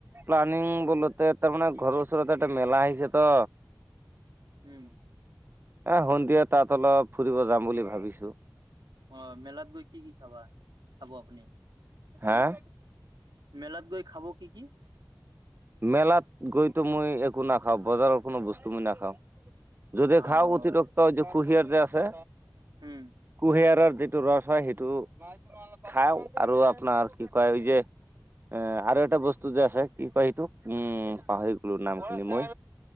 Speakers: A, on the right; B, on the right.
A: প্লানিং বোলোতে, তাৰমানে ঘৰৰ ওচৰতে এটা মেলা আহিছে ত'।
B: ওঁহ
A: অঁ, সন্ধিয়া তাত অলপ ফুৰিব যাম বুলি ভাবিছো।
B: অ, মেলাত গৈ কি কি খাবা? খাব আপুনি?
A: হাঁ
B: মেলাত গৈ খাব কি কি?
A: মেলাত গৈতো মই একো নাখাওঁ। বজাৰৰ কোনো বস্তু মই নাখাওঁ। যদি
B: অ',
A: খাৱ অতিৰিক্ত যে কুঁহিয়াৰ যে আছে,
B: উম,
A: কুঁহিয়াৰৰ। যিটো ৰস হয় সেইটো খাওঁ আৰু আপোনাৰ কি কয় এই যে এ আৰু এটা বস্তু যে আছে। কি কয় এইটোক? উম, পাহৰি গ'লো নাম খিনি মই।